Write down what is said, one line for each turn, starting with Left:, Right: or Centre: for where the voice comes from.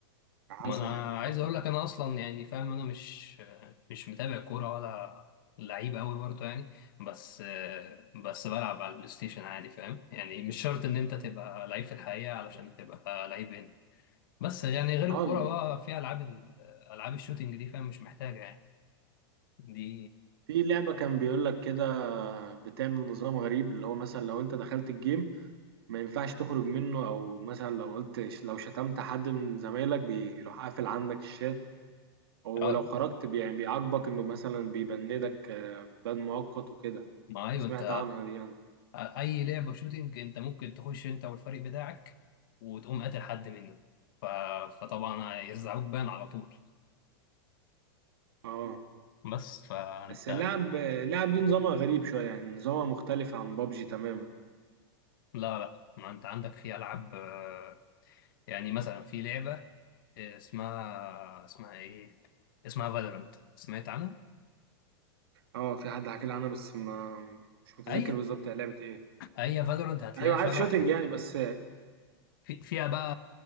Right: فحسن
Left: ما انا
Right: يعني بيفضل
Left: عايز اقول
Right: حاجة.
Left: لك انا اصلا يعني فاهم انا مش آه، مش متابع كورة ولا لعيب قوي برضه يعني بس آه، بس بلعب على البلاي ستيشن عادي فاهم يعني مش شرط ان انت تبقى لعيب في الحقيقة علشان تبقى لعيب بس يعني غير
Right: اه
Left: الكورة بقى في ألعاب ال- ألعاب الشوتينج دي فاهم مش محتاجة يعني دي
Right: في لعبة كان بيقول لك كده بتعمل نظام غريب اللي هو مثلا لو انت دخلت الجيم ما ينفعش تخرج منه او مثلا لو قلت لو شتمت حد من زمايلك بيروح قافل عندك الشات ولو
Left: اه
Right: خرجت بي- يعني بيعاقبك انه مثلا بيبندك آه، بند مؤقت وكده
Left: ما أيوة
Right: سمعت
Left: أنت
Right: عنها دي انا
Left: أي لعبة شوتينج أنت ممكن تخش أنت والفريق بتاعك وتقوم قاتل حد منه ف... فطبعا يرزعوك بان على طول
Right: اه
Left: بس فأنت
Right: بس اللعب اللعب دي نظامها غريب شوية يعني نظامها مختلف عن بابجي تماما
Left: لا لا ما أنت عندك في ألعاب آه، يعني مثلا في لعبة آه، اسمها اسمها إيه اسمها فالورانت سمعت عنها؟
Right: اه في حد حكى لي عنها بس ما مش متذكر
Left: أي
Right: بالظبط هي لعبة ايه
Left: أي فالورانت هتلاقيها
Right: ايوه
Left: شبه
Right: عارف شوتينج يعني بس
Left: في فيها بقى